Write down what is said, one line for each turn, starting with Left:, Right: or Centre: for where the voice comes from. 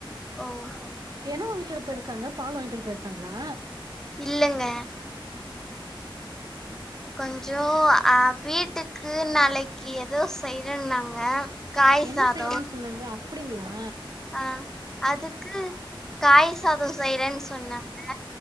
Centre: ஓஹோ
Right: என்ன வாங்கிட் வர போய்ருக்காங்க பால் வாங்கிட்டு வர போய்ருக்காங்களா
Centre: இல்லங்க கொஞ்சோ அஹ் வீட்டுக்கு நாளைக் ஏதோ செய்றன்னாங்க காய்
Right: என்ன
Centre: சாத
Right: செய்றேன்னு சொன்னாங்க அப்டிங்களா
Centre: ஆஹ் அதுக்கு காய் சாதோ செய்றேன்னு சொன்னாங்க